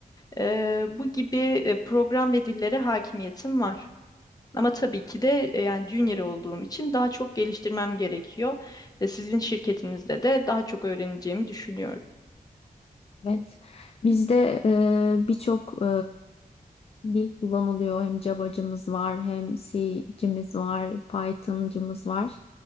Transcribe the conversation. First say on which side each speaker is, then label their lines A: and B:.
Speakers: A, on the left; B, on the left.
A: Eee, bu gibi e, program ve dillere hakimiyetim var. Ama tabii ki de e, yani junior olduğum için daha çok geliştirmem gerekiyor. Ve sizin şirketinizde de daha çok öğreneceğimi düşünüyorum.
B: Evet. Bizde e, birçok dil kullanılıyor. Hem Java'cımız var, hem C'cimiz var, Python'cımız var.